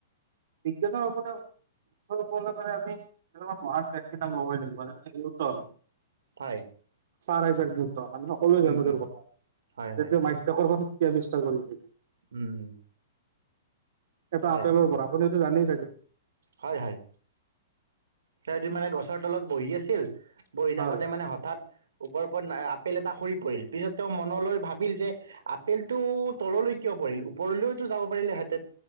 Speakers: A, on the right (about 65°); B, on the right (about 85°).
A: বিজ্ঞানৰ অৱদান বিজ্ঞানৰ ওপৰত আমি এনেকোৱা মহান ব্যক্তিৰ নাম লবৈ লাগিব নিউটন
B: হয়।
A: চাৰ আইজাক নিউটন আমি সকলোৱে জানো
B: উম উম
A: তেওঁৰ কথা
B: হয়
A: যে
B: হয়
A: তেওঁ মাধ্যকৰ্ষণৰ শক্তি আৱিষ্কাৰ কৰিছিল।
B: উম।
A: এটা
B: হয়
A: আপেলৰ পৰা, আপুনিতো জানেই চাগে।
B: হয় হয়, সিহঁতি মানে গছৰ তলত বহি আছিল, বহি
A: হয়
B: থাকোতে মানে হঠাৎ। ওপৰৰ পৰা আপেল এটা সৰি পৰিল। পিছত তেওঁ মনলৈ ভাবিল যে আপেলটো তললৈ কিয়, পৰিল ওপৰলৈতো যাব পাৰিল হেতঁন।